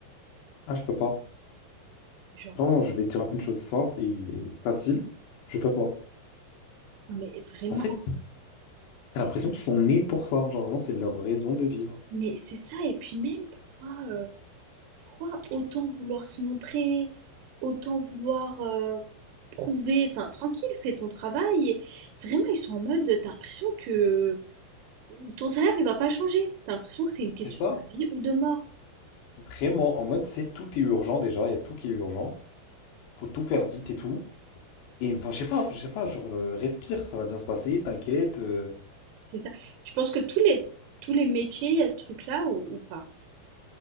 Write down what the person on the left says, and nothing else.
Ah, je peux pas.
Vraiment, je vais te dire une chose simple et facile. Je peux pas.
En fait,
t'as l'impression
qu'ils sont nés pour ça. Genre, vraiment, c'est leur raison de vivre.
C'est ça?
Vraiment, en mode, c'est tout est urgent déjà. Il y a tout qui est urgent. Faut tout faire vite et tout. Et enfin, je sais pas, je sais pas, genre, euh, respire, ça va bien se passer, t'inquiète. euh.